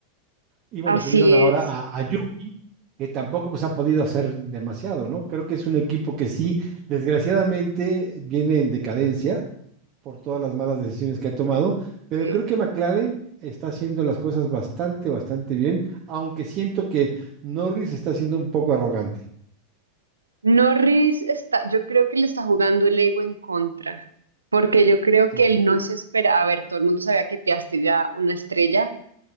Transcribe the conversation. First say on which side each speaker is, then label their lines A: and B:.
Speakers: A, on the right (about 40°); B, on the right (about 85°).
A: Y bueno,
B: Así
A: subieron ahora
B: es.
A: a, a Yuki, que tampoco pues, han podido hacer demasiado, ¿no? Creo que es un equipo que sí, desgraciadamente, viene en decadencia por todas las malas decisiones que ha tomado, pero
B: sí.
A: creo que McLaren está haciendo las cosas bastante, bastante bien, aunque siento que Norris está siendo un poco arrogante.
B: Norris está, yo creo que le está jugando el ego en contra, porque yo creo
A: Sí,
B: que él no se espera, a ver, todo el mundo sabía que Piastri era una estrella,